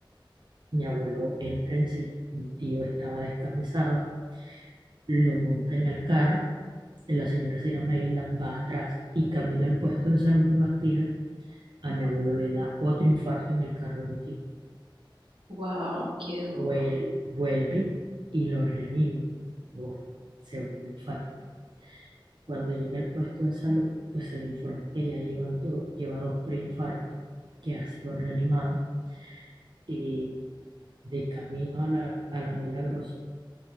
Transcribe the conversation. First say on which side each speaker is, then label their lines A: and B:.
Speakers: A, on the right (about 60°); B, on the right (about 80°).
A: Mi abuelo entra en sí. Mi tío estaba descamisado. Lo monta en el carro. La señora se llama Hilda, va atrás y camino al puesto de salud de Bastida. A mi abuelo le da otro infarto en el carro de mi tío.
B: Wow, qué duro.
A: Vuel- vuelve y lo reanima. Buah, segundo infarto Cuando llega al puesto de salud, pues se le informa que ya llevan do- lleva dos preinfartos, que ha sido reanimado y de camino a la, a la Milagrosa,